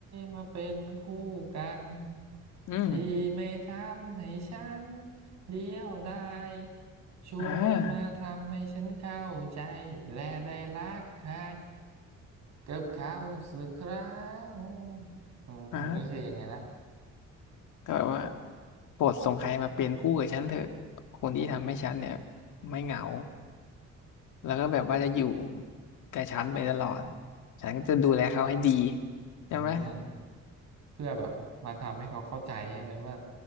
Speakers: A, on the right; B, on the left.
A: มาเป็นคู่กัน
B: อืม
A: ที่ไม่ทำให้ฉันเดียวดายช่วยมาทำให้ฉันเข้าใจ
B: อ่า
A: และได้รักใครกับเขาสักครั้งอืมนี่คือยังไงละ
B: อ่าก็แบบว่าโปรดส่งใครมาเป็นคู่กับฉันเถอะคนที่ทำให้ฉันเนี่ยไม่เหงาแล้วก็แบบว่าจะอยู่กับฉันไปตลอดฉันก็จะดูแลเขาให้ดีใช่ไหม
A: อืมเพื่อแบบมาทำให้เขาเข้าใจใช่ไหมว่า